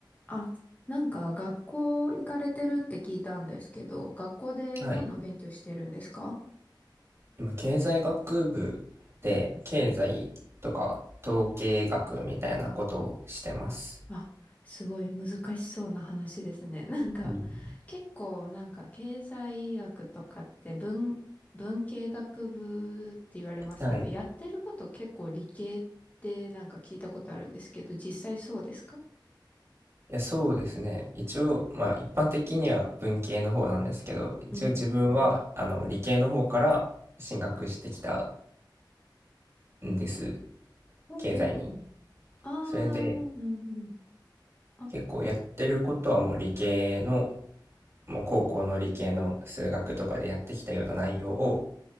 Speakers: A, on the left; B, on the right.
A: あ、なんか学校行かれてるって聞いたんですけど、学校で何の勉強してるんですか
B: はい。今、経済学部で、
A: うんうん
B: 経済とか統計学みたいなことをしてます。
A: あ、すごい難しそうな話ですね。<laughs> なんか、
B: うん
A: 結構なんか経済学とかって文、文系学部って言われますけど、
B: はい。い
A: やってること結構理系ってなんか聞いたことあるんですけど、実際そうですか
B: や、そうですね。一応、まあ、一般的には文系の方なんですけど、一応自分は、
A: うん。
B: あの、理系の方から進学してきたんです。
A: ほうんうんうん。
B: 経済に。
A: あー、
B: それで、はい
A: なるほど。あ、
B: 結構やってることはもう理系の、もう高校の理系の数学とかでやってきたような内容を、